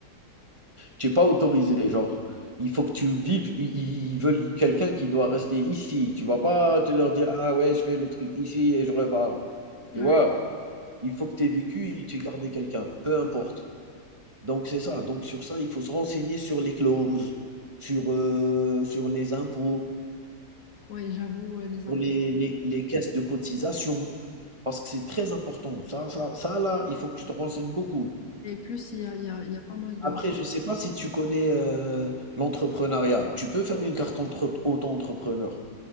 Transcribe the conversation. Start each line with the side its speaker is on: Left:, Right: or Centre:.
Right: tu es pas autorisé. Genre, il faut que tu vives, i i ils veulent quelqu'un qui doit rester ici. Tu vas pas te leur dire: «Ah ouais, je fais le truc ici et je repars».
Left: ouais,
Right: Tu vois? Il faut que tu aies vécu et tu aies gardé quelqu'un, peu importe. Donc c'est ça, donc sur ça, il faut se renseigner sur les clauses, sur, heu, sur les impôts.
Left: ouais, j'avoue, euh, les
Right: Pour
Left: impôts.
Right: les les les caisses de cotisation, parce que c'est très important. Ça ça ça là, il faut que tu te renseignes beaucoup.
Left: Et plus, il y a, il y a, il y a pas mal de.
Right: Après, je ne sais pas si tu connais, heu, l'entrepreneuriat. Tu peux faire une carte entre auto-entrepreneur.